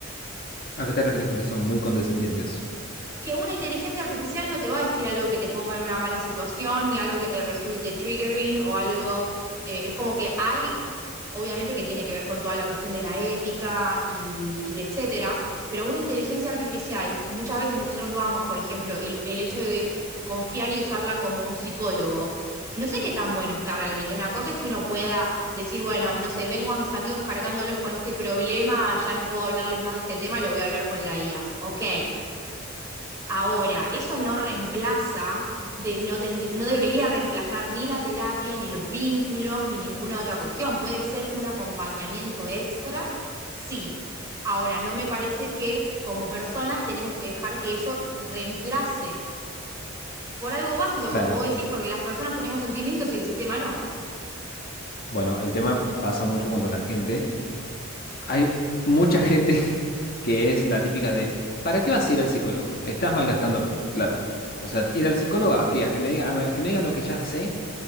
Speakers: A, on the left; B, on the right.
A: ¿a qué te referís con que son muy condescendientes?
B: que una inteligencia artificial no te va a decir algo que te ponga en una mala situación, ni algo que te resulte triggering o algo, eh, es como que hay, obviamente que tiene que ver con toda la cuestión de la ética y, y etcétera, pero una inteligencia artificial, muchas veces nosotros vamos, por ejemplo, el, el hecho de confiar y usarla como un psicólogo. No sé qué tan bueno está realmente. Una cosa es que uno pueda decir, bueno, no sé, vengo a mis amigos cargándolos con este problema, ya no puedo hablarles más de este tema, lo voy a hablar con la IA. Ok, Ahora, eso no reemplaza, de, no, tend- no debería reemplazar ni la terapia, ni los vínculos, ni ninguna otra cuestión. Puede ser un acompañamiento extra, sí. Ahora, no me parece que como personas tenemos que dejar que eso reemplace por algo básico,
A: Claro.
B: como vos decís, porque las personas tenemos sentimientos y el sistema no.
A: Bueno, el tema pasa mucho cuando la gente... Hay mucha gente <laughs> que es la típica de, ¿para qué vas a ir al psicólogo? Estás malgastando plata. O sea, ir al
B: No.
A: psicólogo a qué? A que me diga, a me- a que me digan lo que ya sé